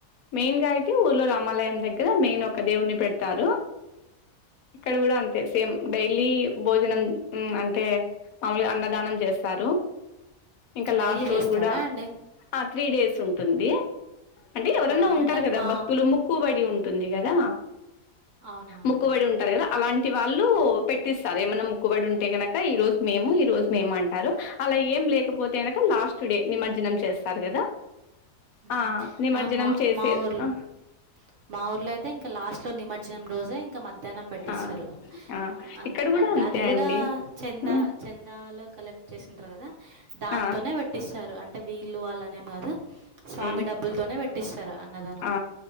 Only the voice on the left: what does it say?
మెయిన్ గా అయితే ఊర్లో రామాలయం దగ్గర మెయిన్ ఒక దేవుని పెడతారు ఇక్కడ కూడా అంతే సేమ్ డైలీ భోజనం ఊ అంతే అంటే మామలుగా అన్నదానం చేస్తారు ఇంకా లాస్ట్
రోజు కూడా
ఆ త్రీ డేస్ ఉంటుంది అంటే ఎవరన్నా
ఉంటారు
కదా
భక్తులు ము ముక్కుబడి ఉంటుంది కదా
ముక్కుబడి ఉంటారు కదా అలాంటి వాళ్ళు పెట్టిస్తారు ఏమన్నా ముక్కుబడి ఉంటే కనక ఈ రోజు మేము ఈ రోజు మేము అంటారు అలా ఏం లేదు లేకపోతే గనుక లాస్ట్ డే నిమజ్జనం చేస్తారు కదా
ఆ నిమజ్జనం
చేసేది
ఆ
ఆ ఆ
ఇక్కడ కూడా
అంతే
అండి
హ్మ్.
ఆ
ఉమ్
ఆ